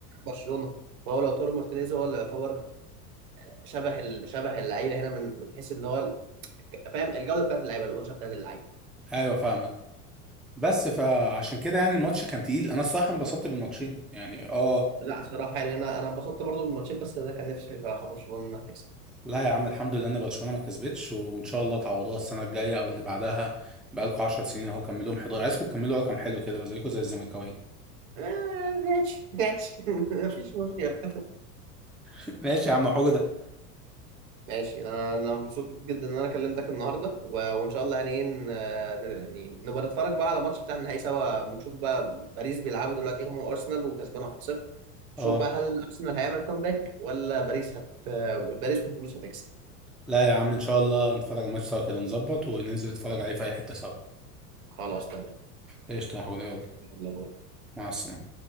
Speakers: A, on the right; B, in the centre.
A: برشلونه فهو لوتارو مارتينيز هو اللي يعتبر شبه ال... شبه اللعيبه هنا من من حيث ان هو ال- فاهم الجوده بتاعت اللعيبه القماشه بتاعت اللعيبه
B: ايوه فاهمك بس فعشان كده يعني الماتش كان تقيل انا الصراحه انبسطت بالماتشين يعني اه
A: لا صراحه يعني انا انا انبسطت برضو بالماتشين بس ده كان نفسي بصراحه برشلونه انها تكسب
B: لا يا عم الحمد لله ان برشلونه ما كسبتش وان شاء الله تعوضوها السنه الجايه او اللي بعدها بقالكوا 10 سنين اهو كملوهم 11 عايزكم تكملوا رقم حلو كده بقى زيكم زي الزملكاويه
A: آه، ماشي ماشي <laughs> مفيش مشكلة
B: <laughs> ماشي يا عم حجدك
A: ماشي انا أنا مبسوط جدا ان انا كلمتك النهارده و... وان شاء الله يعني إيه ن- يعني نبقى نتفرج بقى على الماتش بتاع النهائي سوا نشوف بقى باريس بيلعبوا دلوقتي هم وارسنال وكسبان 1-0
B: اه
A: نشوف بقى هل ارسنال هيعمل كومباك ولا باريس هت باريس والفلوس هتكسب
B: لا يا عم ان شاء الله نتفرج على الماتش سوا كده نظبط وننزل نتفرج عليه في اي حتة سوا
A: خلاص تمام
B: قشطة يا حوده يلا
A: يلا باي.
B: مع السلامة